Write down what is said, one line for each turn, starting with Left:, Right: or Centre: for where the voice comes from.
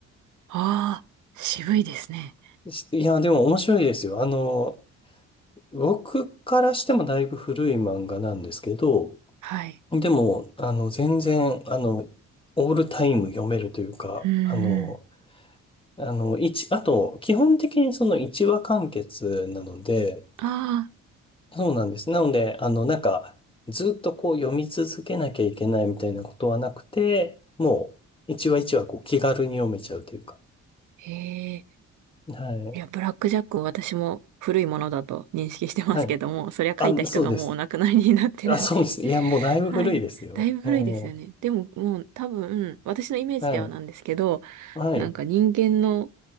Right: あ、ああ、渋いですね。
Left: しいや、でも面白いですよ。あの、僕からしてもだいぶ古い漫画なんですけど、
Right: はい。
Left: でも、あの、全然、あの、オールタイム読めるというか、
Right: うん
Left: あの、
Right: う
Left: あの、一、あと、基本的にその一話完結なので、
Right: ん。ああ、
Left: そうなんです。なので、あの、なんか、ずっとこう読み続けなきゃいけないみたいなことはなくて、もう、一話一話こう気軽に読めちゃうというか。
Right: へえ。
Left: はい。
Right: いや、ブラックジャックを私も古いものだと認識してますけども、
Left: はい。
Right: そりゃ書いた人がもうお亡くなりになってるんで。
Left: あ、そうです。あ、そうです。いや、もうだいぶ古いですよ。
Right: <laughs> はい。だいぶ古いですよね。
Left: ええ
Right: でももう多分、私のイメージではなんですけど、
Left: はい。はい。
Right: なんか人間の